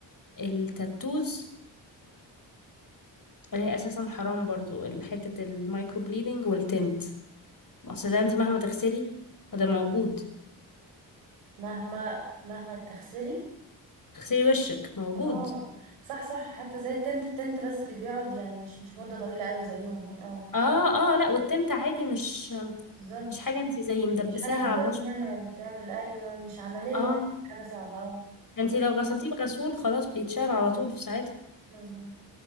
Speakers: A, on the left (about 45°); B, on the right (about 90°).
A: التاتوز اللي هي اساسا حرام برضو حتة المايكرو بليدنج والتنت اصل ده انت مهما تغسلي فده موجود
B: مهما مهما تغسلي
A: تغسلي وشك موجود
B: اه صح صح حتى زي التنت التنت بس بيقعد يعني مش مش مده طويله قوي زيهم يعني اه
A: اه اه لا والتنت عادي مش
B: بالظبط
A: مش حاجة انت زي مدبساها
B: مش حاجه تضر
A: على البشرة
B: يعني ولا تعمل ايوه مش عمليه
A: اه
B: يعني حاجه صعبه اه
A: انت لو غسلتيه بغسول خلاص بيتشال على طول في ساعتها
B: مظبوط